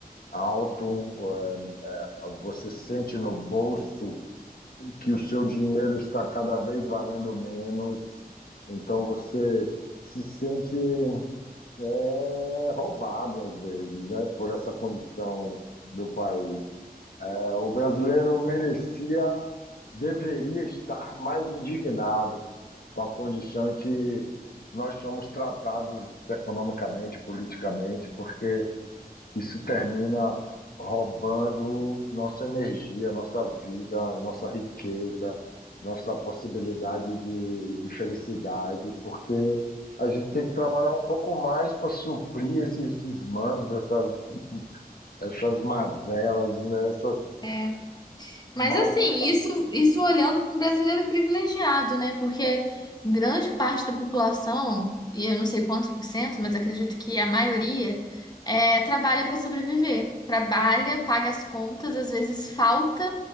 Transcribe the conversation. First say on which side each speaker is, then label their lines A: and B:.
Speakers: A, on the left (about 70°); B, on the left (about 25°).
A: alto, é, você sente no bolso que o seu dinheiro está cada vez valendo menos, então você se sente é, roubado às vezes, né? Por essa condição do país. É, o brasileiro merecia, deveria estar mais indignado com a condição em que nós somos tratados economicamente, politicamente, porque isso termina roubando nossa energia, nossa vida, nossa riqueza, nossa possibilidade de, de felicidade, porque a gente tem que trabalhar um pouco mais para suprir esses desmandos, essas, essas mazelas, né, essas
B: É. Mas
A: malversações
B: assim, isso, isso olhando para um brasileiro privilegiado, né? Porque grande parte da população, e eu não sei quantos por cento, mas acredito que a maioria, é, trabalha para sobreviver. Trabalha, paga as contas, às vezes falta,